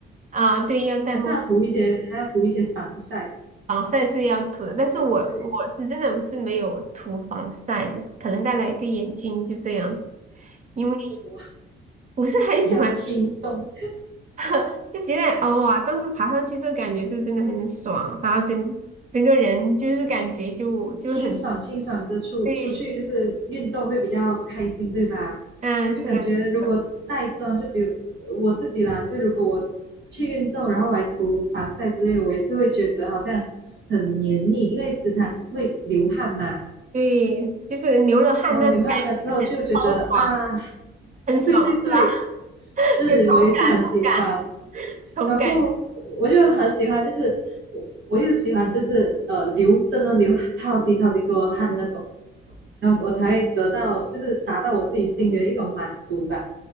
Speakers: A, on the right; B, on the right.
A: 啊，对，要戴墨镜，
B: 还是要涂一些，还要涂一些防晒。
A: 防晒是要涂的，但是我我是真的是没有涂防晒，
B: 对，
A: 就是可能戴了一个眼镜就这样子，因为
B: 哇，
A: 不是很喜欢，
B: 你好轻松。
A: <laughs> 就觉得哦哇，当时爬上去这感觉就真的很爽，然后整整个人就是感觉就就很
B: 清爽清爽的出出去，
A: 对，
B: 就是运动会比较开心，对吧？
A: 嗯，
B: 就感觉如果带妆，
A: 是的，是的，
B: 就比如呃我自己啦，就如果我去运动，然后我还涂防晒之类的我也是会觉得好像很黏腻，因为时常会流汗嘛。
A: 对，就是流了汗那种感觉是很超爽，
B: 然后流汗了之后就觉得啊，
A: 很爽是吧？
B: 对对对，
A: <laughs>
B: 是我也是很喜欢。
A: 有同感，同感，同感。
B: 然后我就很喜欢，就是我我又喜欢就是呃流真的流超级超级多汗的那种。然后我才会得到，就是达到我自己心里的一种满足吧。